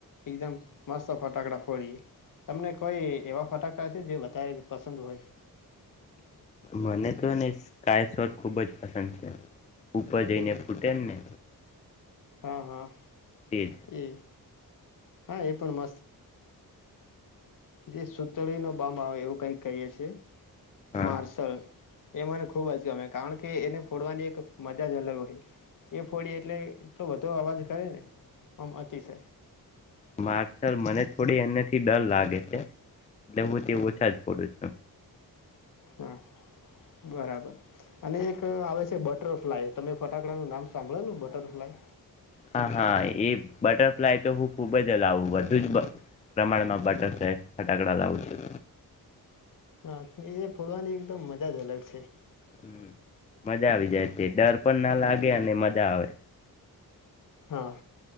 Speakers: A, on the left (about 55°); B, on the left (about 20°).
A: એકદમ મસ્ત ફટાકડા ફોડી તમને કોઈ એવા ફટાકડા છે જે વધારે પસંદ હોય
B: મને તો ને સ્કાય સ્વર ખુબ જ પસંદ છે ઉપર જઈને ફૂટે ને
A: હા હા
B: તેજ
A: એ હા એ પણ મસ્ત જે સુતળ નો બંબ આવે એવું કઈક કહીએ છ છે
B: હા
A: માર્સલ એ મને ખુબ જ ગમે કારણ કે એને ફોડવાની એક મજા જ અલગ હોય એ ફોડી એટલે એટલો બધો અવાજ કરે ને આમ અતિશય
B: માર્સલ મને થોડી એને થી ડર લાગે છે એટલે હું તે ઓછા જ ફોડું છું
A: હા બરાબર અને એક આવે છે બટરફ્લાય તમે ફટાકડા ન નામ સાંભળો નને બટરફ્લાય
B: હા હા એ બટર તો હું ખુબ જ લાવું બધું જ પ્રમાણમાં બટરય ફટાકડા લાવું છું
A: હા એ ફોડવાની એકદમ મજા જ અલગ છે
B: હ મજા આવી જાય તે ડર પણ ના લાગે અને મજા આવે
A: હા